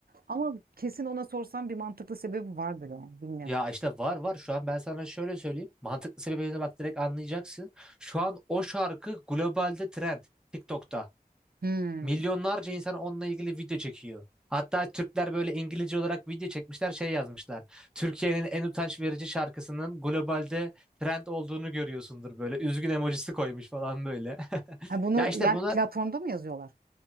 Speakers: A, on the right; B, in the centre.
A: Ama kesin ona sorsam bir mantıklı sebebi vardır yani bilmiyorum.
B: Ya işte var var şu an ben sana şöyle söyleyeyim. Mantıklı sebebine bak direkt anlayacaksın. Şu an o şarkı globalde trend. TikTok'ta.
A: Hmm.
B: Milyonlarca insan onunla ilgili video çekiyor. Hatta Türkler böyle İngilizce olarak video çekmişler şey yazmışlar. Türkiye'nin en utanç verici şarkısının globalde trend olduğunu görüyorsundur böyle. Üzgün emojisi koymuş falan böyle. <laughs>
A: Ha bunu
B: Ya işte
A: yani
B: buna
A: platformda mı yazıyorlar?